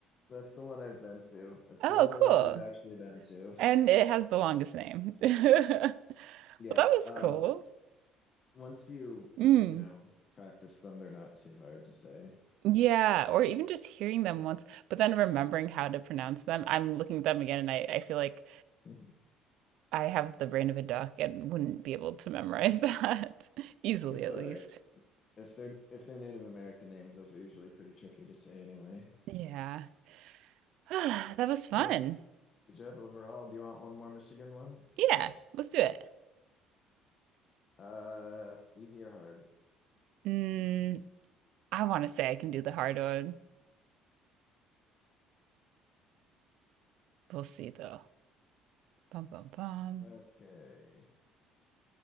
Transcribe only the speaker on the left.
that's the one I've been to. That's
the only
one I've actually been to.
Yeah.
Uh
once you,
you know, practice them, they're not too hard to say.
<laughs>
It's
all
right. If they're if they're Native American names, those are usually pretty tricky to say anyway.
Yeah. Good job overall. Do you want one more Michigan one?
Uh easy or hard?
Okay.